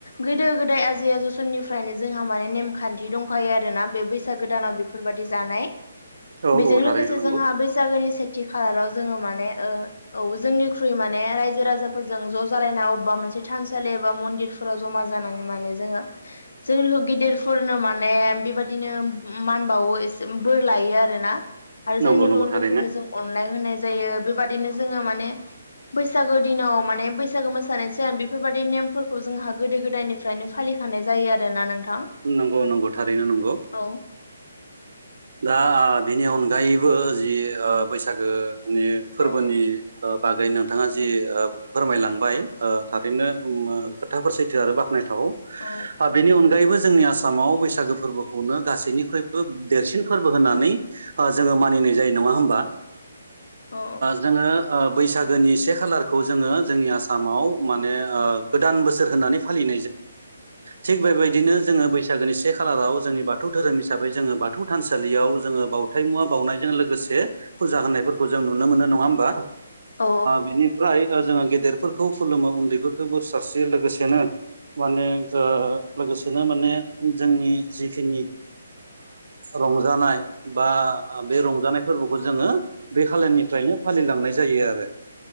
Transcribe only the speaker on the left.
गोदो- गोदाय आजै -आजौ समनिफ्रायनो जोंहा माने नेमखान्थि दंखायो आरोना बे बैसागोदानाव बेफोरबायदि जानाय
बेजों
लोगोसे
जोंहा बैसागोनि सेथि खालाराव जोङो माने औ जोंनिख्रुइ माने रायजो -राजाफोरजों ज' जालायना अबेबा मोनसे थानसालि एबा मन्दिरफोराव जमा जानानै मान जोङो जों गेदिरफोरनो माने बेबायदिनो मानबावो बोर लायो आरोना आरो
जोंनि
उन्दैफोरनो
जों अननाय होनाय जायो बेबाददिनो जों जोङो माने बैसागो दिनाव माने बैसागो मोसानायनि सिगां बेफोरबायदि नेमफोरखौ जों हागोन गोदो- गोदायनिफ्रायनो फालिखानाय जायो आरोना नोंथां
औ
औ
औ
औ
औ